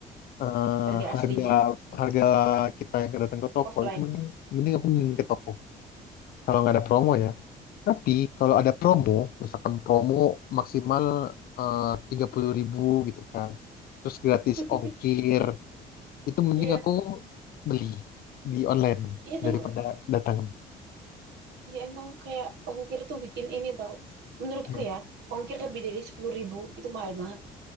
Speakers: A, on the left (about 60°); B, on the right (about 80°).
A: eh,
B: harga aslinya
A: harga harga kita yang datang ke toko
B: offline?
A: itu mending mending aku mending ke toko kalau nggak ada promo ya Tapi kalau ada promo, misalkan promo maksimal eh, tiga puluh ribu gitu kan, terus gratis
B: <laughs>
A: ongkir, itu mending
B: Iya,
A: aku beli di online
B: iya tahu.
A: daripada datang.
B: Iya emang kayak ongkir tuh bikin ini tau. Menurutku
A: Iya.
B: ya, ongkir lebih dari sepuluh ribu itu mahal banget.